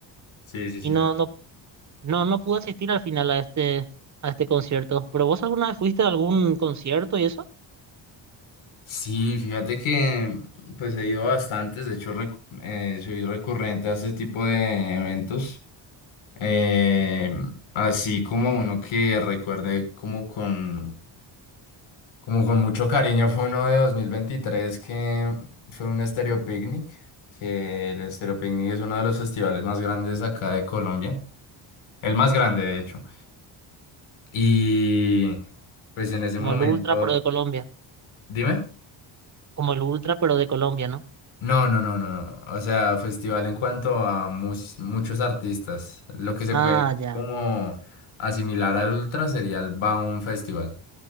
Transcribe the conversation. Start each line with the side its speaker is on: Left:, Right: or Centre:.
Left: sí, sí, sí.
Right: Y no,
Left: total.
Right: no No, no pude asistir al final a este, a este concierto. ¿Pero vos alguna vez fuiste a algún concierto y eso?
Left: Sí, fíjate que pues he ido a bastantes, de hecho recu- eh, soy recurrente a este tipo de eventos, eh, así como uno que recuerde como con, como con mucho cariño fue uno de 2023 que fue un Estéreo Picnic, que el Estéreo Picnic es uno de los festivales más grandes acá de Colombia, el más grande de hecho, y pues en ese
Right: Como
Left: momento,
Right: el Ultra, pero de Colombia.
Left: dime.
Right: Como el Ultra, pero de Colombia, ¿no?
Left: No, no, no, no, no. O sea, festival en cuanto a mus- muchos artistas. Lo que se
Right: Ah,
Left: puede
Right: ya.
Left: como asimilar al Ultra sería el Baum Festival.